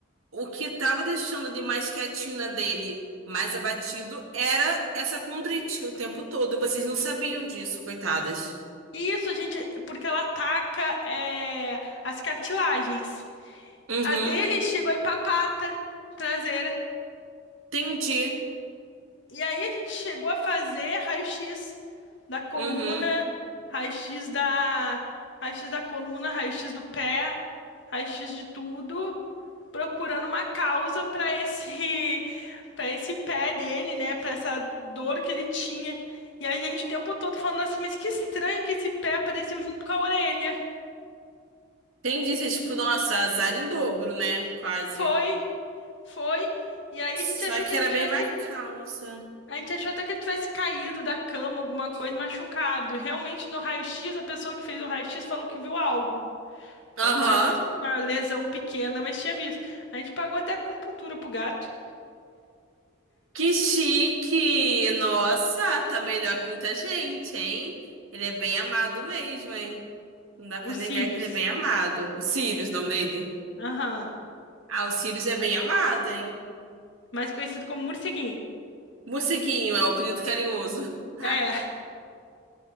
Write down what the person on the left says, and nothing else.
E Isso, a gente, porque ela ataca é, as cartilagens.
A dele chegou aí pra pata traseira.
E aí a gente chegou a fazer raio-x da coluna,
raio-x da, raio-x da coluna, raio-x do pé, raio-x de tudo, procurando uma causa para esse <laughs> para esse pé dele, né, para essa dor que ele tinha. E a gente o tempo todo falando assim, mas que estranho que esse pé apareceu junto com a orelha.
Foi, foi. E aí
a gente achou que
ele
tivesse
A gente achou até que ele tivesse caído da cama, alguma coisa, machucado. Realmente, no raio-x, a pessoa que fez o raio-x falou que viu algo. Falou
que tinha visto uma lesão pequena, mas tinha visto. A gente pagou até acupuntura pro gato.
O Sirius.
Aham.
Mais conhecido como morceguinho.
É,